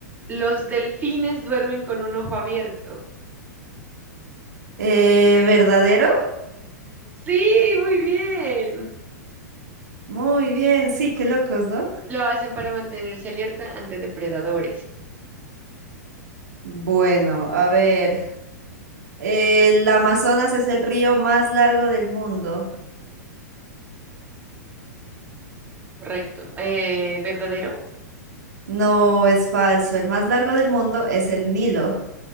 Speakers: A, on the right; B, on the right.
A: los delfines duermen con un ojo abierto.
B: Eh, ¿verdadero?
A: Sí, muy bien.
B: Muy bien, sí, qué locos, ¿no?
A: Lo hacen para mantenerse alerta ante depredadores.
B: Bueno, a ver, el Amazonas es el río más largo del mundo.
A: Correcto. Eh, ¿verdadero?
B: No es falso, el más largo del mundo es el Nilo,